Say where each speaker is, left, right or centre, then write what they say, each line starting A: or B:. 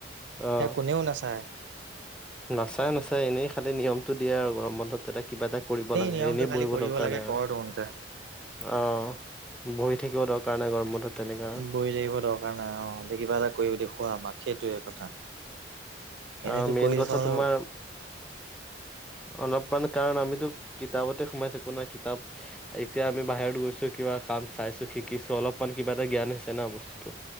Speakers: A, in the centre; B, on the right.
A: অ'।
B: সেয়া কোনেও নেচায়
A: নাচাই নাচাই এনেই খালি নিয়মটো দিয়ে আৰু গৰম বন্ধত যাতে কিবা এটা কৰিব লাগে।
B: নিয়মটো
A: এনেই
B: খালি
A: বহিব
B: কৰিব
A: দৰকাৰ
B: লাগে
A: নাই আৰু
B: কৰ তহোঁতে
A: অ', বহি থাকিব দৰকাৰ নাই গৰম বন্ধত তেনেকা
B: বহি থাকিব দৰকাৰ নাই। অহ দে', কিবা এটা কৰি দেখুৱা আমাক সেইটোয়ে কথা। এনেতো
A: আহ মেইন
B: কৰি দেখুৱাবলৈ
A: কথা তোমাৰ। অলপমান কাৰণ আমিতো কিতাপতে সোমাই থাকোঁ না কিতাপ। এতিয়া আমি বাহিৰত গৈছো কিবা কাম চাইছোঁ শিকিছোঁ। অলপমান কিবা এটা জ্ঞান হৈছে ন বস্তুটো।